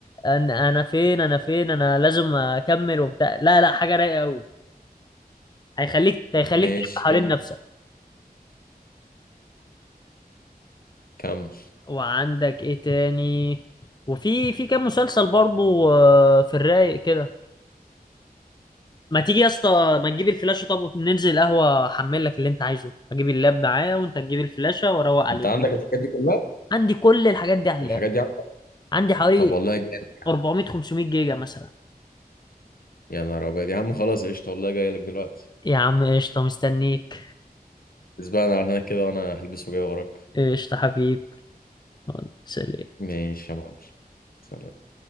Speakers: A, on the left; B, on the left.
A: انا انا فين انا فين انا لازم اكمل وبتاع لا لا حاجة رايقة قوي هيخليك هيخليك
B: ماشي
A: تلف حوالين
B: كمل
A: نفسك
B: كمل
A: وعندك ايه تاني وفي في كام مسلسل برضو آه، في الرايق كده ما تيجي يا اسطى ما تجيب الفلاشة طب ننزل القهوة احمل لك اللي انت عايزه اجيب اللاب معايا وانت تجيب الفلاشة واروق عليه
B: انت عندك الحاجات دي كلها
A: عندي كل الحاجات دي على
B: الحاجات
A: اللاب
B: دي عندك
A: عندي حوالي
B: طب والله جامد
A: 400 500 جيجا مثلا
B: يا نهار ابيض يا عم خلاص قشطه والله جاي لك دلوقتي
A: يا عم قشطة مستنيك
B: اسبقنا على هناك كده وانا هلبس وجاي وراك
A: قشطة حبيب سلام
B: ماشي يا معلم سلام